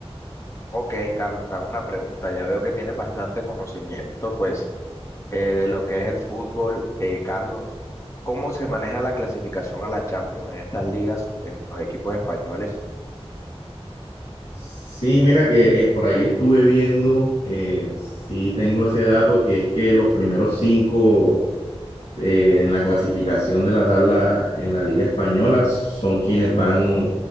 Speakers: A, on the left; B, on the left.
A: Ok, Carlos, te hago una pregunta. Ya veo que tienes bastante conocimiento pues eh, de lo que es el fútbol. Eh, Carlos, ¿cómo se maneja la clasificación a la Champions en estas ligas, en los equipos españoles?
B: Sí, mira que eh, por ahí estuve viendo, eh, sí tengo ese dato que es que los primeros cinco eh, en la clasificación de la tabla en la Liga Española son quienes van